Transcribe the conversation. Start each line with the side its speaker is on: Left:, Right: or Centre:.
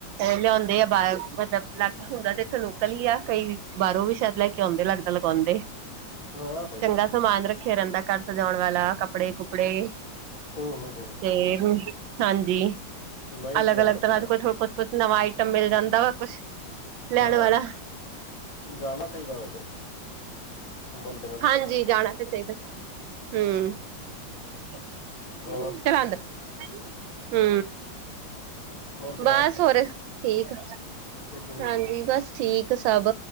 Right: ਲਿਆਉਂਦੇ ਆ ਬਾਰ ਮਤਲਬ ਅਲੱਗ ਹੁੰਦਾ ਤੇ ਇੱਥੇ ਲੋਕਲ ਹੀ ਆ, ਕਈ ਬਾਰੋਂ ਵੀ ਸ਼ੈਦ ਲੈਕੇ ਆਉਂਦੇ ਲੱਗਦਾ ਲਗਾਉਂਦੇ।
Left: ਹਾਂ ਸਹੀ
Right: ਚੰਗਾ
Left: ਹੈ
Right: ਸਮਾਨ ਰੱਖਿਆ ਰੈਂਦਾ ਘਰ ਸਜਾਉਣ ਵਾਲਾ। ਕੱਪ ਕੱਪੜੇ-ਕੁਪੜੇ
Left: ਹੂੰ ਹੂੰ ਹੂੰ
Right: ਤੇ, ਹਾਂਜੀ।
Left: ਨਹੀਂ
Right: ਅਲੱਗ-ਅਲੱਗ
Left: ਜਾਣਾ ਚਾਹੀਦਾ
Right: ਤਰ੍ਹਾਂ ਦੇ ਕੋ ਕੁਛ-ਕੁਛ ਨਵਾਂ ਆਈਟਮ ਮਿਲ ਜਾਂਦਾ ਵਾ ਕੁਛ। ਲੈਣ
Left: ਹਾਂ,
Right: ਵਾਲਾ
Left: ਜਾਣਾ ਚਾਈਦਾ ਵਾ, ਘੁੰਮਣ-ਫਿਰਨ।
Right: ਹਾਂਜੀ ਜਾਣਾ ਤੇ ਚਾਈਦੈ, ਹੂੰ। <unintelligible>
Left: ਔਰ
Right: ਹੂੰ।
Left: ਹੋਰ ਸੁਣਾਓ
Right: ਬਸ ਹੋਰ ਠੀਕ
Left: ਹੂੰ
Right: ਹਾਂਜੀ, ਬਸ ਠੀਕ ਸਭ,